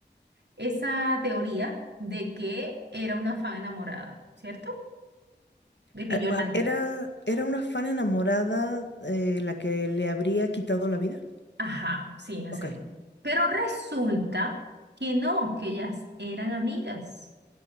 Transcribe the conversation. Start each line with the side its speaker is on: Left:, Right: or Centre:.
Right: esa teoría de que era una fan enamorada, ¿cierto? de que
Left: Ah,
Right: Yolanda,
Left: ah, Era, era una fan enamorada eh, la que le habría quitado la vida.
Right: ajá, sí, hace
Left: Ok.
Right: Pero resulta que no, que ellas eran amigas.